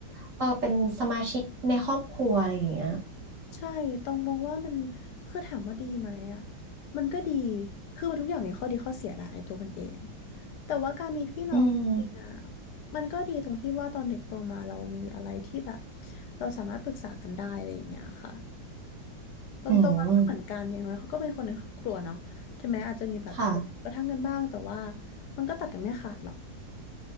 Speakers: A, on the right; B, on the left.
A: เออเป็นสมาชิกในครอบครัวอะไรอย่างเงี้ย
B: ใช่ต้องมองว่ามันคือถามว่าดีไหมอ่ะมันก็ดีคือมันทุกอย่างมีข้อดีข้อเสียแหละในตัวมันเองแต่ว่าการมีพี่น้องจริงๆอ่ะ
A: อืม
B: มันก็ดีตรงที่ว่าตอนเด็กโตมาเรามีอะไรที่แบบเราสามารถปรึกษากันได้อะไรอย่างเงี้ยค่ะตอนโตมาก็เหมือนกันอย่างน้อยเขาก็เป็นคนในครอบครัวเนาะถึงแม้อาจจะมีแบบเออกระทั่งกันบ้างแต่ว่า
A: อืมค่ะ
B: มันก็ตัดกันไม่ขาดหรอก